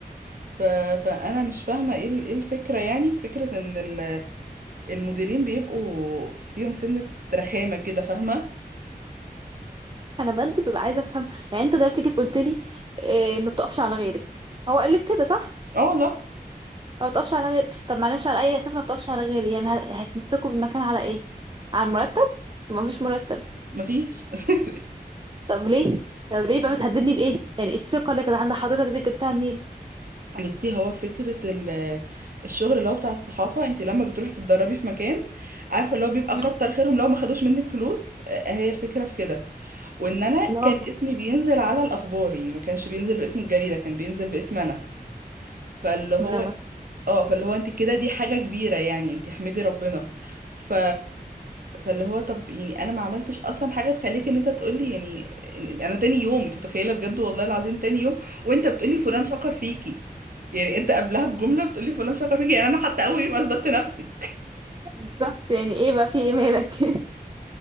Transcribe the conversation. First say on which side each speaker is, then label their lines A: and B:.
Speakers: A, on the right (about 65°); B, on the right (about 30°).
A: ف- فانا مش فاهمه ايه ال- ايه الفكره يعني فكره ان ال المديرين بيبقوا فيهم سنة رخامة كده فاهمة
B: انا بجد ببقى عايزه افهم يعني انت دلوقتي جيت قلت لي إيه ما بتقفش على غيرك هو قال لك كده صح
A: اه لا
B: ما بتقفش على غيرك طب معلش على اي اساس ما بتقفش على غيري يعني هت- هتمسكوا بالمكان على ايه على المرتب ما فيش مرتب
A: مفيش <laughs>
B: طب ليه طب ليه بقى بتهددني بايه يعني الثقه اللي كانت عند حضرتك دي جبتها منين
A: بصي هو فكرة ال- الشغل اللي هو بتاع الصحافة انت لما بتروحي تتدربي في مكان عارفة اللي هو بيبقى
B: مم.
A: كتر خيرهم لو ما خدوش منك فلوس آه، هي الفكرة في كده وان انا
B: لا والله
A: كان اسمي بينزل على الاخبار يعني ما كانش بينزل باسم الجريدة كان بينزل باسم انا فاللي
B: بسم
A: هو
B: الله ما
A: اه فاللي هو انت كده دي حاجة كبيرة يعني انت احمدي ربنا ف... فاللي هو طب يعني انا ما عملتش اصلا حاجة تخليك ان انت تقولي يعني إن- انا تاني يوم انت متخيلة بجد والله العظيم تاني يوم وانت بتقولي فلان
B: <laughs>
A: شكر فيكي يعني انت قبلها بجملة بتقولي فلان شكر فيكي يعني انا حتى اول يوم اثبتت نفسي
B: بالظبط يعني ايه بقى في ايه مالك <laughs>